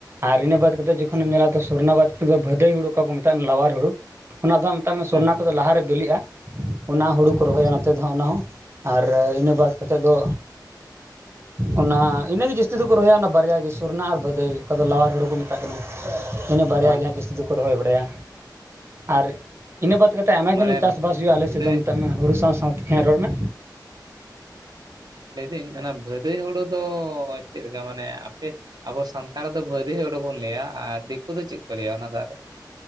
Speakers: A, on the right; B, on the right.
A: ᱟᱨ ᱤᱱᱟᱹ ᱵᱟᱫᱽ ᱠᱟᱛᱮᱫ ᱡᱚᱠᱷᱚᱱᱮᱢ ᱧᱮᱞᱟ ᱥᱚᱨᱱᱟ ᱵᱟᱫ ᱠᱟᱛᱮᱫ ᱵᱷᱟᱹᱫᱟᱹᱭ ᱦᱩᱲᱩ ᱚᱠᱟ ᱠᱚ ᱢᱮᱛᱟᱜᱼᱟ, ᱞᱟᱣᱟᱨ ᱦᱩᱲᱩ᱾ ᱚᱱᱟ ᱫᱚ ᱦᱟᱸᱜ ᱢᱮᱛᱟᱜ ᱢᱮ ᱥᱚᱨᱳᱱᱟ
B: ᱦᱮᱸ
A: ᱠᱚᱫᱚ ᱞᱟᱦᱟᱨᱮ ᱵᱤᱞᱤᱜᱼᱟ ᱚᱱᱟ ᱦᱩᱲᱩ ᱠᱚ ᱨᱚᱦᱚᱭᱟ
B: ᱟᱪᱪᱷᱟ
A: ᱱᱚᱛᱮ ᱫᱚ ᱦᱟᱸᱜ ᱚᱱᱟ ᱦᱚᱸ ᱟᱨ ᱤᱱᱟᱹ ᱵᱟᱫ ᱠᱟᱛᱮᱫ ᱫᱚ᱾ ᱚᱱᱟ ᱤᱱᱟᱹᱜ ᱜᱮ ᱡᱟᱹᱥᱛᱤ ᱫᱚᱠᱚ ᱨᱚᱦᱚᱭᱟ ᱚᱱᱟ ᱵᱟᱨᱭᱟ ᱜᱮ ᱥᱚᱨᱩᱱᱟ ᱟᱨ ᱵᱟᱹᱫᱟᱹᱭ ᱚᱠᱟ ᱫᱚ ᱞᱟᱣᱟᱨ ᱦᱩᱲᱩ ᱠᱚ ᱢᱮᱛᱟᱜᱼᱟ ᱛᱟᱜ ᱠᱟᱱᱟ ᱤᱱᱟᱹ ᱵᱟᱨᱭᱟ
B: ᱦᱳᱭ
A: ᱜᱮ ᱦᱟᱸᱜ ᱡᱟᱹᱥᱛᱤ ᱫᱚᱠᱚ ᱨᱚᱦᱚᱭ ᱵᱟᱲᱟᱭᱟ ᱟᱨ ᱤᱱᱟᱹ ᱵᱟᱫ ᱠᱟᱛᱮᱫ ᱟᱭᱢᱟ
B: ᱢᱟᱱᱮ
A: ᱜᱟᱱ ᱪᱟᱥᱵᱟᱥ ᱦᱩᱭᱩᱜᱼᱟ ᱟᱞᱮᱥᱮᱫ
B: ᱵᱷᱟᱹᱫᱟᱹᱭ
A: ᱫᱚ ᱢᱮᱛᱟᱜ ᱢᱮ ᱦᱩᱲᱩ ᱥᱟᱶᱛᱮ ᱦᱮᱸ ᱨᱚᱲ ᱢᱮ
B: ᱞᱟᱹᱭᱫᱟᱹᱧ ᱚᱱᱟ ᱵᱷᱟᱹᱫᱟᱹᱭ ᱦᱩᱲᱩ ᱫᱚ ᱪᱮᱫ ᱞᱮᱠᱟ ᱢᱟᱱᱮ ᱟᱯᱮ ᱟᱵᱚ ᱥᱟᱱᱛᱟᱲ ᱫᱚ ᱵᱷᱟᱹᱫᱤ ᱦᱩᱲᱩ ᱵᱚᱱ ᱞᱟᱹᱭᱟ ᱟᱨ ᱫᱤᱠᱩ ᱫᱚ ᱪᱮᱫ ᱠᱚ ᱞᱟᱹᱭᱟ ᱚᱱᱟ ᱫᱚ ᱟᱨᱚ